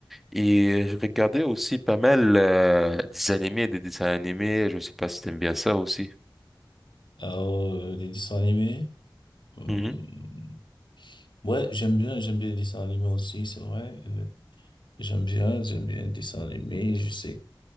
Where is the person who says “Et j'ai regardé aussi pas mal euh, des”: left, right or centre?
Centre